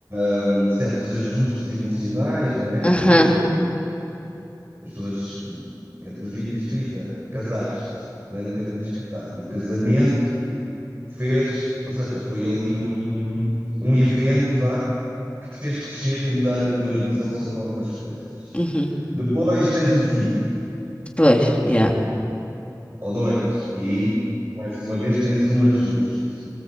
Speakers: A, on the right; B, on the left.
A: hum, certos ajustes emocionais, não é?
B: Aham.
A: Às vezes, As pessoas entre os 20 e os 30 casaste, né? Nunca tinhas casado. E o casamento fez, ou seja, foi ali um, um evento, vá, que te fez crescer e mudar a tua visão sobre algumas coisas.
B: Uhum.
A: Depois tens um filho,
B: Pois, yeah.
A: ou dois, e mais uma vez tens um ajuste.